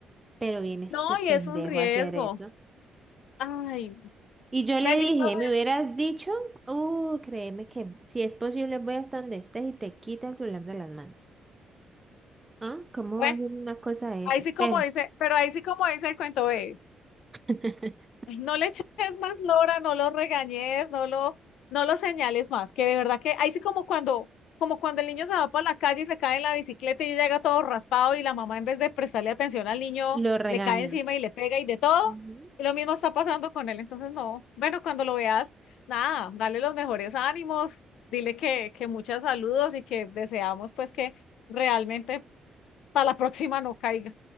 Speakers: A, on the right; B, on the left.
A: Pero viene este
B: No,
A: pendejo
B: y es un riesgo.
A: a hacer eso.
B: Ay,
A: Y yo
B: bendito
A: le dije,
B: Dios.
A: me hubieras dicho, uh, créeme que si es posible voy hasta donde estés y te quita el celular de las manos. Ah, ¿Cómo
B: Bueno,
A: va a ser una cosa de
B: ahí
A: esas?
B: sí como
A: Pero
B: dice, pero ahí sí como dice el cuento, ve,
A: <laughs>
B: Ay, No le eches más lora, no lo regañes, no lo, no lo señales más, que de verdad que ahí sí como cuando, como cuando el niño se va para la calle y se cae en la bicicleta y llega todo raspado y la mamá en vez de prestarle atención al niño
A: lo regañan.
B: le cae encima y le pega y de todo,
A: Ujú.
B: y lo mismo está pasando con él, entonces no, bueno, cuando lo veas, nada, dale los mejores ánimos, dile que, que muchos saludos y que deseamos pues que realmente para la próxima no caiga.